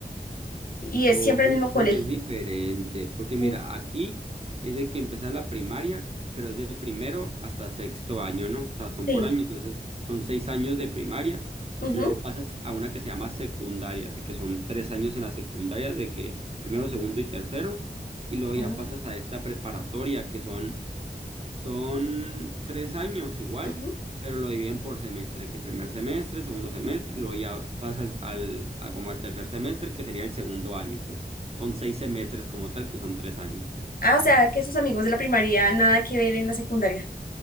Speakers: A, on the left; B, on the right.
A: Y
B: O
A: es siempre el mismo colegio.
B: creo que es diferente, porque mira,
A: Mm,
B: aquí es de que empezar la primaria, pero es de primero hasta sexto año, ¿no? O sea, son
A: Sí.
B: por años, entonces son seis años de primaria,
A: Ujú,
B: luego pasas a una que se llama secundaria, de que son tres años en la secundaria, de que primero, segundo y tercero, y luego
A: Ah,
B: ya pasas a esta preparatoria, que son Son tres años igual,
A: ujú.
B: pero lo dividen por semestre, que primer semestre, segundo semestre, y luego ya pasa al, al- a como al tercer semestre, que sería el segundo año, pues. Son seis semestres como tal, que son tres años, pues.
A: Ah, o sea, que sus amigos de la primaria nada que ver en la secundaria.